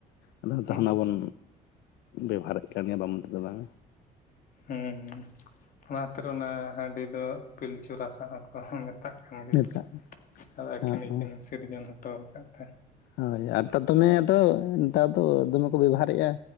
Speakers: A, on the left; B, on the left.
A: ᱟᱫᱚ ᱱᱮᱛᱟᱨ
B: ᱦᱩᱸ
A: ᱦᱟᱱᱟ ᱵᱚᱱ ᱵᱮᱵᱚᱦᱟᱨ ᱮᱫ ᱠᱟᱱ ᱜᱮᱭᱟ ᱵᱟᱢ ᱢᱮᱱ ᱛᱮ ᱫᱚ ᱵᱟᱝ
B: ᱦᱩᱸ ᱦᱩᱸ ᱚᱱᱟ ᱠᱷᱟᱛᱤᱨ ᱚᱱᱟ ᱦᱟᱺᱰᱤ ᱫᱚ ᱯᱤᱞᱪᱩ ᱨᱟᱥᱟ ᱦᱚᱸᱠᱚ ᱢᱮᱛᱟᱜ ᱠᱟᱱᱟ ᱠᱷᱟᱱ
A: ᱱᱮᱛᱟᱨ
B: ᱜᱮ
A: ᱫᱚ
B: ᱟᱫᱚ ᱟᱹᱠᱤᱱ ᱜᱮᱠᱤᱱ
A: ᱦᱚᱸ
B: ᱥᱤᱨᱡᱚᱱ ᱦᱚᱴᱚ ᱟᱠᱟᱫ ᱛᱮ
A: ᱦᱳᱭ ᱟᱨ <unintelligible> ᱫᱚᱢᱮ ᱫᱚ ᱱᱮᱛᱟᱨ ᱫᱚ ᱫᱚᱢᱮ ᱠᱚ ᱵᱮᱵᱷᱟᱨᱮᱜᱼᱟ